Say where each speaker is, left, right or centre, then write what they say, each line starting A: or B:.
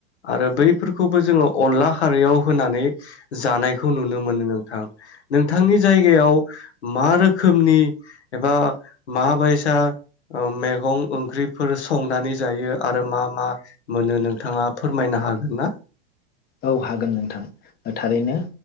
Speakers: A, on the left; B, on the left.
A: आरो बैफोरखौबो जोंङो अनला खारैयाव होनानै जानायखौ नुनो मोनो नोंथां। नोंथांनि जायगायाव मा रोखोमनि एबा माबायसा मेगं ओंख्रिफोर संनानै जायो आरो मा-मा मोनो नोंथांङा फोरमायनो हागोन ना?
B: औ हागोन नोंथां। थारैनो